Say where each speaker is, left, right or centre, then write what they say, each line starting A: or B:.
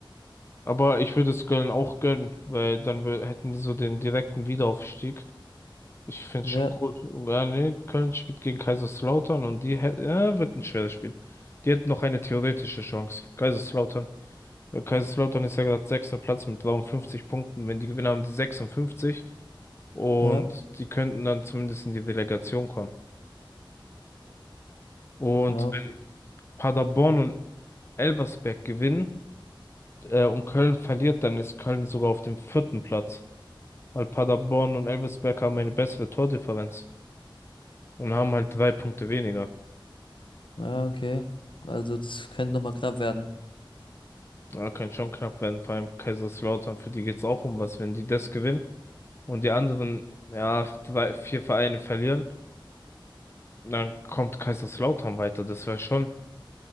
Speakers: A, on the left; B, on the left.
A: aber ich würde es Köln auch gönnen, weil dann wö- hätten die so den direkten Wiederaufstieg. Ich finde
B: Ja,
A: es schon cool. Ja, nee, Köln spielt gegen Kaiserslautern und die hätten, ja, wird ein schweres Spiel. Die hätten noch eine theoretische Chance. Kaiserslautern. Weil Kaiserslautern ist ja gerade sechster Platz mit 53 Punkten. Wenn die gewinnen, haben die 56 und
B: ja,
A: die könnten dann zumindest in die Relegation kommen. Und
B: ja, okay.
A: wenn Paderborn und Elversberg gewinnen, äh, und Köln verliert, dann ist Köln sogar auf dem vierten Platz. Weil Paderborn und Elversberg haben eine bessere Tordifferenz und haben halt drei Punkte weniger.
B: Ja, okay. Also das könnte nochmal knapp werden.
A: Ja, kann schon knapp werden, vor allem Kaiserslautern, für die geht's auch um was, wenn die das gewinnen und die anderen, ja, drei vier Vereine verlieren, dann kommt Kaiserslautern weiter. Das wäre schon